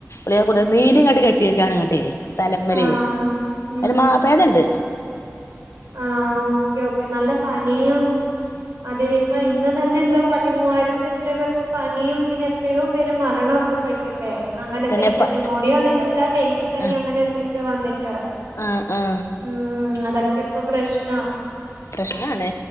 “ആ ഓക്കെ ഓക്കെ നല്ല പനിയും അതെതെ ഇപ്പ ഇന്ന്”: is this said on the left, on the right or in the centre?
Right